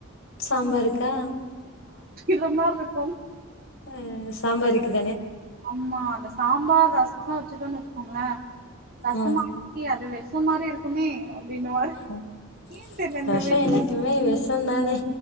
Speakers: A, on the left; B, on the right.
A: சாம்பருக்கா
B: ர்ரமார்ருக்கோம்
A: ஆ சாம்பார் வெக்கியு
B: ஆமா அந்த சாம்பார் ரசோல்லா வெச்சுட்டோன்னு வெச்சு கோங்களே ரசமா
A: ஆ
B: <unintelligible> அது வெஸ் இந்த மாரியே இருக்குமே அப்டின்னுவாரு
A: ம்
B: ஏன்னு தெர்ல இந்த
A: ரசோ
B: வெஜ்ஜ
A: என்னைக்குமே விஷோந் தானே